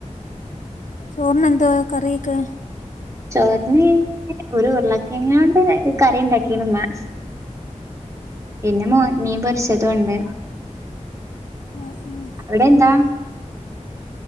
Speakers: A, on the left; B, on the right.
A: ചോറിനെന്തുവാ കറിയൊക്കെ?
B: ചോറിന്ന് ഒരു ഉരുളക്കെങ്ങോണ്ട് കറി ഉണ്ടാക്കീണ് മ്മ പിന്നെ മോ മീൻ പൊരിച്ചതൊണ്ട്
A: ആഹ് ആഹ്
B: അവിടെ എന്താ